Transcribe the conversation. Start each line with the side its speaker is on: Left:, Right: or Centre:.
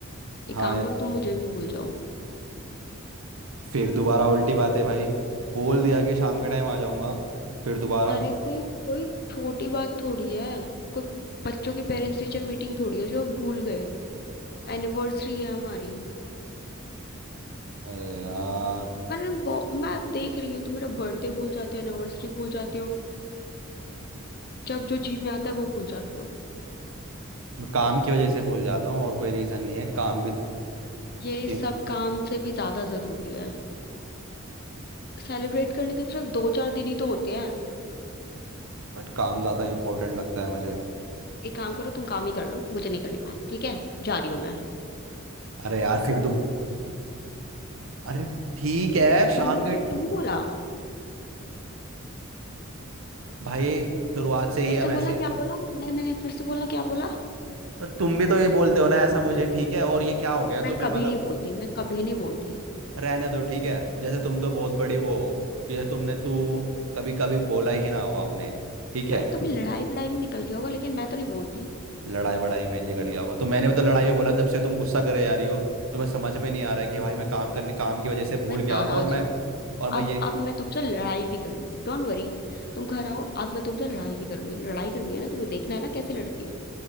Left: एक
Right: हाँ
Left: काम
Right: ये-
Left: करो तुम मुझे भी भूल जाओ
Right: फिर दोबारा उल्टी बात है भाई बोल दिया कि शाम के टाइम आ जाऊंगा फिर दोबारा
Left: अरे कोई कोई छोटी बात थोड़ी है कोई बच्चों की पेरेंट्स टीचर मीटिंग थोड़ी है जो भूल गए एनिवर्सरी है हमारी
Right: अरे यार
Left: मैंने बहु- मैं अब देख रही हूँ तुम मेरा बर्थडे भूल जाते हो एनिवर्सरी भूल जाते हो जब जो जी में आता है वो भूल जाते हो
Right: मैं काम की वजह से भूल जाता हूँ और कोई रीज़न नहीं है काम भी
Left: ये
Right: इम,
Left: सब काम से भी ज्यादा जरूरी है सेलिब्रेट करने के सिर्फ दो चार दिन ही तो होते हैं
Right: बट काम ज़्यादा इम्पोर्टेंट लगता है मुझे
Left: एक काम करो तुम काम ही कर लो मुझे नहीं करनी बात ठीक है जा रही हूँ मैं
Right: अरे यार फिर तो अरे ठीक है शाम
Left: तुमने मुझे
Right: के
Left: तू बोला
Right: भाई शुरुआत से ही
Left: फिर
Right: हम
Left: से
Right: ऐसे
Left: बोला क्या बोला नहीं नहीं नहीं फिर से बोला क्या बोला
Right: पर तुम भी तो ये बोलते हो ना ऐसा मुझे ठीक है और ये क्या हो गया तुम्हें
Left: मैं कभी
Right: मतलब
Left: नहीं बोलती मैं कभी नहीं बोलती
Right: रहने दो ठीक है जैसे तुम तो बहुत बड़ी वो हो कि ये तुमने तू कभी कभी बोला ही ना हो आपने ठीक है
Left: अरे कभी लड़ाई वड़ाई में निकल गया होगा लेकिन मैं तो नहीं बोलती
Right: लड़ाई वड़ाई में निकल गया हुआ तो मैंने भी तो लड़ाई में बोला जब से तुम गुस्सा करे जा रही हो तो मैं समझ में नहीं आ रहा है कि भाई मैं काम करने काम की वजह से भूल
Left: मैं नाराज
Right: गया और मैं
Left: हूँ
Right: और मैं
Left: अब
Right: ये
Left: अब मैं तुमसे लड़ाई भी करूंगी डोंट वरी तुम घर आओ अब मैं तुमसे लड़ाई भी करूंगी लड़ाई करनी है ना तुम्हें देखना है ना कैसे लड़ती हूँ